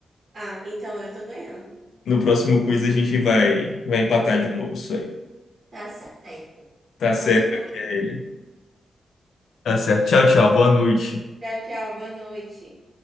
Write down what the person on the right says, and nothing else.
Ah, então eu tô ganhando.
Tá certo.
Conto com você.
Tchau, tchau. Boa noite.